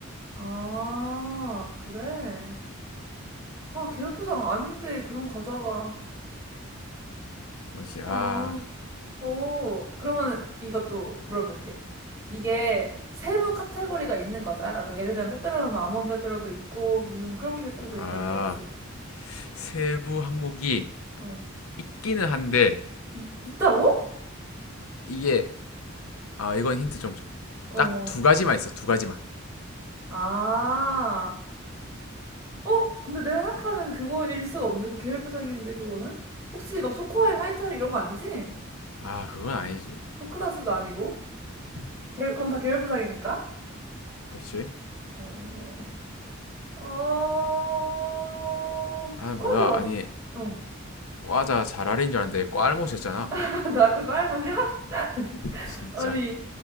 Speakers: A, on the right (about 15°); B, on the left (about 85°).
A: 아, 그래. 아, 계열 포장 아닌데 그런 과자가.
B: 뭐지?
A: 어,
B: 아,
A: 오. 그러면은 이것도 물어볼게. 이게 세부 카테고리가 있는 과자야? 그러니까 예를 들면 빼빼로면 아몬드 빼빼로도 있고, 무슨 크런키 빼빼로도
B: 아,
A: 있고 이런 거 같이.
B: 세부 항목이
A: 어.
B: 있기는 한데,
A: 있, 있다고?
B: 이게, 아, 이건 힌트 좀, 줘.
A: 어.
B: 딱 두 가지만 있어, 두 가지만.
A: 아. 어? 근데 내가 생각하는 그거일 수가 없는데 그 계열 포장인데 그거는? 혹시 막 초코아임, 화이타임 이런 거 아니지?
B: 아, 그건 아니지.
A: 후크다스도 아니고 계열, 그건 다 계열 포장이니까
B: 그렇지?
A: 어... 어...
B: 아,
A: 두 가지
B: 뭐야.
A: 맛
B: 아니,
A: 어,
B: 과자 잘알인 줄 알았는데 꽐못이었잖아.
A: <laughs> 나 아까 그할 맛이야? <laughs>
B: 진짜.
A: 아니,